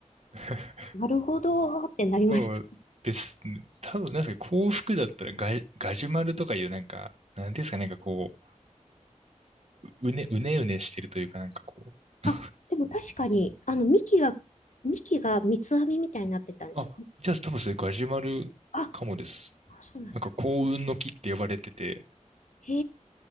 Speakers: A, on the right (about 55°); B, on the left (about 70°).
A: <laughs>
B: なるほどってなりました。
A: そうですね。多分、なんか幸福だったらガ、ガジュマルとかいうなんか、なんていうんですか、なんかこう、うね、うねうねしてるというか、なんかこう。
B: あ、でも確かに、あの幹が、幹が三つ編みみたいになってたんですよ。
A: あ、じゃあ多分それガジュマルかもです。
B: あ、そあそうなんだ。
A: なんか幸運の木って呼ばれてて、
B: へ